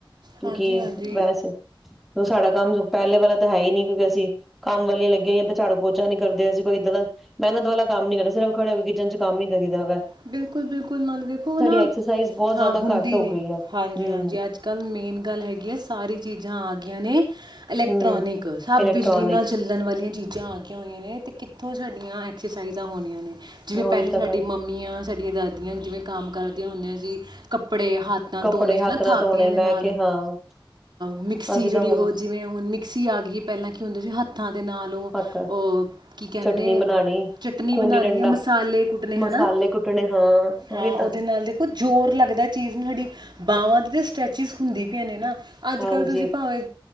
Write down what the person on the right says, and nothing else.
ਹਾਂਜੀ ਹਾਂਜੀ
ਬਿਲਕੁਲ ਬਿਲਕੁਲ ਨਾਲ ਦੇਖੋ ਨਾ
ਹਾਂ
ਹੁੰਦੀ
ਨੀ
ਹਾਂਜੀ
ਹਾਂਜੀ ਅੱਜ ਕੱਲ ਮੇਨ ਗੱਲ ਹੈਗੀ ਆ ਸਾਰੀ ਚੀਜ਼ਾਂ ਆ ਗੀਆਂ ਨੇ ਇਲੈਕਟ੍ਰੋਨਿਕ
ਸਭ
ਬਿਜਲੀ ਨਾਲ ਚੱਲਣ ਵਾਲੀਆਂ ਚੀਜ਼ਾਂ ਆ ਗਈਆਂ ਹੋਈਆਂ ਨੇ ਅਤੇ ਕਿੱਥੋਂ ਸਾਡੀਆਂ ਐਕਸਰਸਾਈਜ਼ਾਂ ਹੋਣੀਆਂ ਨੇ ਜਿਵੇਂ
ਪਹਿਲੇ
ਸਾਡੀ
ਮੰਮੀੀਆਂ ਸਾਡੀਆਂ ਦਾਦੀਆਂ ਜਿਵੇਂ ਕੰਮ ਕਰਦੀਆਂ ਹੁੰਦੀਆਂ ਸੀ ਕੱ ਕੱਪੜੇ ਹੱਥ ਨਾਲ
ਧੋਣੇ
ਹੈ ਨਾ
ਥਾਪੀਆਂ
ਦੇ
ਨਾਲ
ਮਿਕਸੀ
ਜਿਹੜੀ
ਉਹ ਜਿਵੇਂ ਹੁਣ ਮਿਕਸੀ ਆ ਗਈ ਪਹਿਲਾਂ ਕੀ ਹੁੰਦਾ ਸੀ ਹੱਥਾਂ ਦੇ ਨਾਲ ਲ
ਉਹ ਕੀ ਕਹਿੰਦੇ
ਨੇ
ਚਟਨੀ
ਬਣਾਉਣੀ
ਆ ਮਸਾਲੇ ਕੁੱਟਣੇ
ਹਨਾ
ਹਾਂ
ਉਹਦੇ ਨਾਲ ਦੇਖੋ ਜ਼ੋਰ ਲੱਗਦਾ ਚੀਜ਼ ਨੂੰ ਸਾਡੀ ਬਾਹਵਾਂ ਦੀ ਤਾਂ ਸਟੈਚਿਸ ਹੁੰਦੀ ਵੀ ਨੇ ਨਾ ਅੱਜ
ਕੱਲ੍ਹ ਤੁਸੀਂ ਭਾਵੇਂ